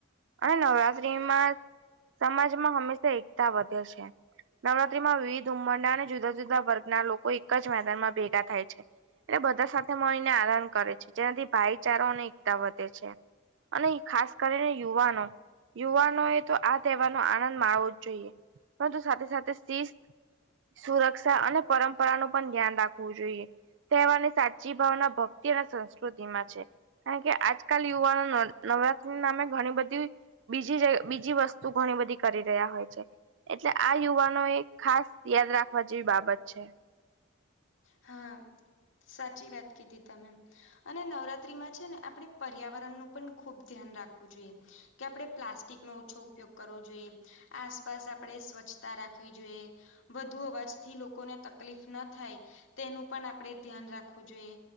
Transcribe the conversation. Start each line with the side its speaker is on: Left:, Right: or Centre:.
Right: અને નવરાત્રીમાં સમાજમાં હંમેશા એકતા વધે છે. નવરાત્રીમાં વિવિધ ઉમરડા અને જુદા જુદા વર્ગના લોકો એક જ મેદાનમાં ભેગા થાય છે. એટલે બધા સાથે મળીને આરાન કરે છે જેનાથી ભાઈચારોની એકતા વધે છે. અને ખાસ કરીને યુવાનો યુવાનો એ તો આ તહેવાર નો આનંદ માણવો જ જોઈએ પરંતુ સાથે સાથે શિસ્ત સુરક્ષા અને પરંપરાનું પણ ધ્યાન રાખવું જોઈએ. તહેવારની સાચી ભાવના ભક્તિ અને સંસ્કૃતિ માં છે. કારણ કે આજકાલ યુવાનો નવરાત્રી નામે ઘણી બધી બીજી બીજી વસ્તુ ઘણી બધી કરી રહ્યા હોય છે. એટલે આ યુવાનો એક ખાસ યાદ રાખવા જેવી બાબત છે.
Left: હા સાચી વાત કીધી તમેમ અને નવરાત્રીમાં છે ને આપણે પર્યાવરણનું પણ ખુબ ધ્યાન રાખવું જોઈએ. કે આપણે પ્લાસ્ટિક નો ઓછો ઉપયોગ કરવો જોઈએ. આસપાસ આપણે સ્વચ્છતા રાખવી જોઈએ. વધુ અવાજથી લોકોને તકલીફ ના થાય તેનું પણ આપણેે ધ્યાન રાખવું જોઈએ.